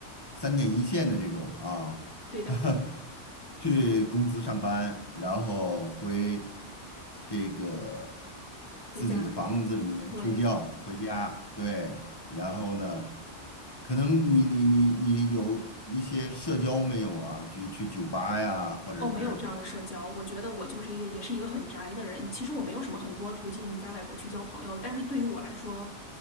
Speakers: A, on the left; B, on the left.
A: 三点一线的这种啊，
B: 对的。
A: <laughs> 去公司上班，然后回这个
B: 回家，
A: 自己的房子里面睡觉，
B: 对，
A: 回家，对，然后呢，可能你你你你有一些社交没有啊？去去酒吧呀，或者是。
B: 哦，没有这样的社交。我觉得我就是一个，也是一个很宅的人。其实我没有什么很多途径在外国去交朋友，但是对于我来说，